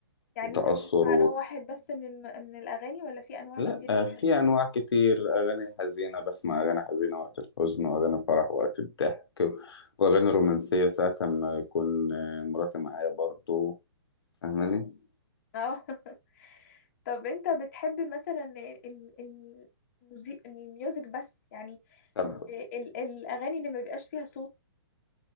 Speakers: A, on the left (about 35°); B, on the left (about 75°).
A: يعني
B: وتاثر
A: انت بتسمع نوع واحد بس من الم... من الاغاني ولا في انواع
B: لا
A: كتيرة
B: آه،
A: بتحب
B: في
A: تسمع
B: انواع كتير اغاني حزينه بسمع اغاني حزينه وقت الحزن واغاني فرح وقت الضحك واغاني رومانسيه ساعه ما يكون آه، مراتي معايا برضو فاهماني
A: مم. اه <laughs> طب انت بتحب مثلا ال... ال... الموزي- الميوزك بس يعني
B: طب
A: ال... ال- الاغاني اللي ما بيبقاش فيها صوت